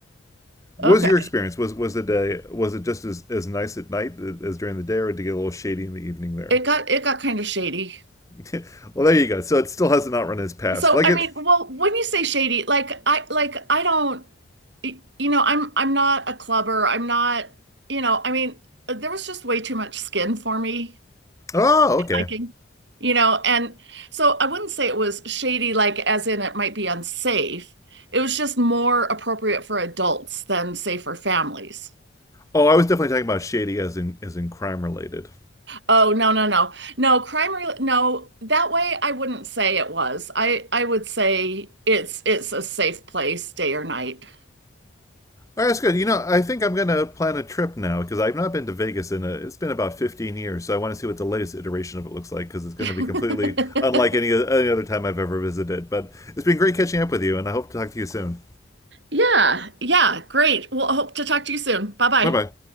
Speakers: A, on the left; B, on the right.
A: What
B: Okay.
A: was your experience? Was was it a, was it just as, as nice at night as during the day, or did it get a little shady in the evening there?
B: It got it got kind of shady.
A: <laughs> well, there you go. So it still has not run its past.
B: So,
A: Like
B: I
A: it.
B: mean, well, when you say shady, like I like I don't y- you know, I'm I'm not a clubber. I'm not, you know, I mean, there was just way too much skin for me
A: Oh, okay.
B: liking, you know, and so I wouldn't say it was shady, like as in it might be unsafe. It was just more appropriate for adults than say for families.
A: Oh, I was definitely talking about shady as in as in crime related.
B: Oh, no, no, no. No, crime rel no, that way I wouldn't say it was. I I would say it's it's a safe place day or night.
A: All right, that's good. You know, I think I'm gonna plan a trip now because I've not been to Vegas in a. It's been about 15 years, so I want to see what the latest iteration of it looks like because it's going
B: <laughs>
A: to be completely unlike any any other time I've ever visited. But it's been great catching up with you, and I hope to talk to you soon.
B: Yeah, yeah, great. Well, I hope to talk to you soon. Bye-bye.
A: Bye bye.